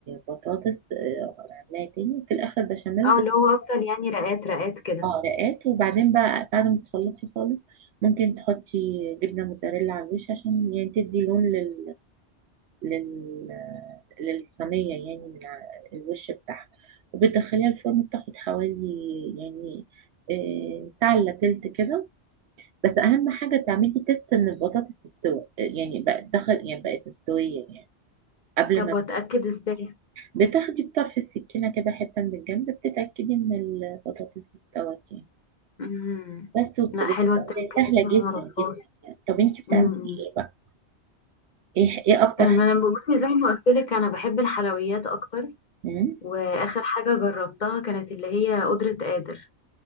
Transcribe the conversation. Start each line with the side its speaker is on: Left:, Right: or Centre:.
Right: بطاطس آه، عاملاها تاني في الآخر بشاميل
Left: اه اللي هو افضل يعني رقات رقات كده
Right: اه رقات وبعدين بقى بعد ما تخلصي خالص ممكن تحطي جبنة موتزاريلا على الوش عشان يعني تدي لون لل... لل... للصينية يعني من ع- الوش بتاعها وبتدخليها الفرن بتاخد حوالي يعني آه، ساعة إلا تلت كده بس أهم حاجة تعملي تيست إن البطاطس تستوي يعني بقت دخل يعني بقت مستوية يعني قبل
Left: طب
Right: ما
Left: واتاكد ازاي
Right: بتاخدي بطرف السكينة كده حتة من الجنب بتتأكدي إن البطاطس استوت يعني
Left: امم
Right: بس وبت-
Left: لا
Right: بت-
Left: حلوه التركه
Right: سهلة
Left: دي
Right: جدا
Left: أنا ما اعرفهاش
Right: جدا يعني. طب انت بتعملي
Left: امم
Right: ايه بقى؟ ايه ايه اكتر
Left: أمم.
Right: حاجة؟
Left: ما انا بصي زي ما قلت لك انا بحب الحلويات اكتر
Right: مم،
Left: واخر حاجه جربتها كانت اللي هي قدره قادر